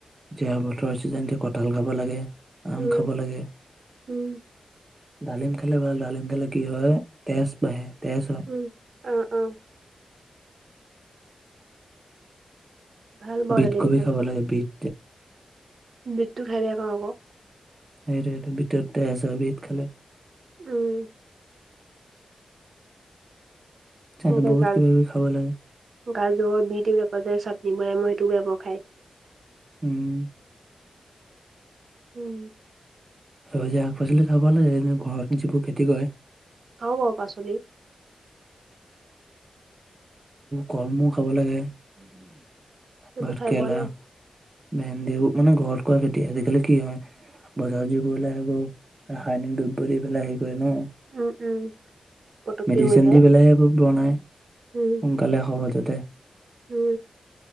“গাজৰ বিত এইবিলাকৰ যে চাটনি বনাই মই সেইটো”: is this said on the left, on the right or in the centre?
Right